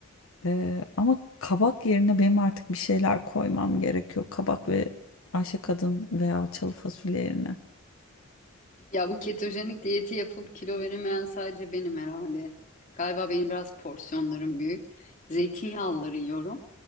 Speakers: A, on the left; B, on the left.
A: Ee, ama kabak yerine benim artık bir şeyler koymam gerekiyor. Kabak ve Ayşe Kadın veya çalı fasulye yerine.
B: Ya bu ketojenik diyeti yapıp kilo veremeyen sadece benim herhalde. Galiba benim biraz porsiyonlarım büyük. Zeytinyağlıları yiyorum.